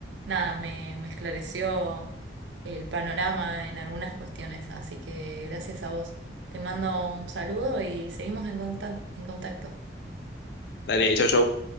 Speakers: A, on the right (about 80°); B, on the left (about 70°).
A: nada, me, me esclareció el panorama en algunas cuestiones, así que gracias a vos. Te mando un saludo y seguimos en contac- en contacto.
B: Dale, chau, chau.